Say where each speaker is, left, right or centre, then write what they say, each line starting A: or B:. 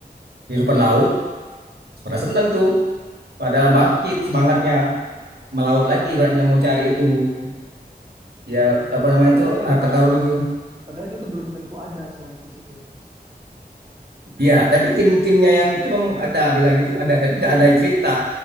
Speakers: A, on the right (about 80°); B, on the right (about 20°).
A: kehidupan laut, pada senang tuh, pada bangkit semangatnya melaut lagi ibaratnya mau cari itu ya
B: Oh, pa-
A: apa namanya
B: padahal
A: itu
B: itu
A: harta
B: tuh
A: karun itu.
B: padahal itu tuh belum tentu ada si One Piece itu.
A: Iya, tapi tim-timnya yang itu memang ada bilang itu ada, tapi nggak ada cerita